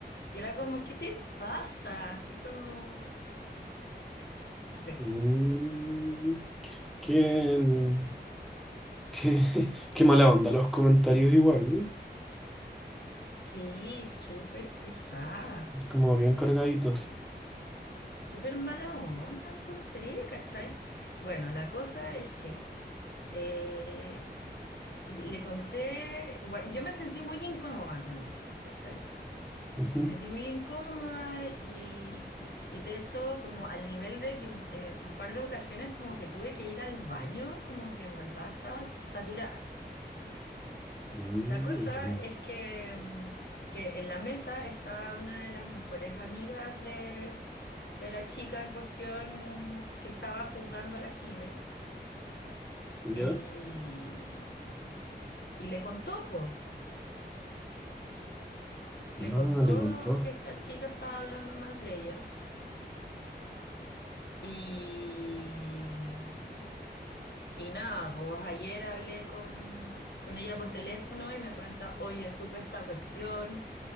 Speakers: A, on the left; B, in the centre.
A: Y era como, ¿qué te pasa? Así como, sí,
B: mm, qué, mm, qué, <laughs> qué mala onda los comentarios igual, ¿no?
A: sí, súper pesada,
B: Como bien
A: súper,
B: cargaditos.
A: súper mala onda encontré, ¿cachai? Bueno, la cosa es que eh, le conté, bueno, yo me sentí muy incómoda con ella, ¿cachai?
B: Ujú.
A: Me sentí muy incómoda y, y- y de hecho como al nivel de que un, eh, un par de ocasiones como que tuve que ir al baño, como que en verdad estaba saturada.
B: Mm,
A: La cosa
B: entiendo.
A: es que, mm, que en la mesa estaba una de las mejores amigas de, de la chica en cuestión que estaba juzgando a la Jime
B: ¿Ya?
A: y, y le contó, po, le
B: No,
A: contó
B: le contó.
A: que esta chica estaba hablando mal de ella y, y nada, pues ayer hablé con, con ella por teléfono y me cuenta, oye, supe esta cuestión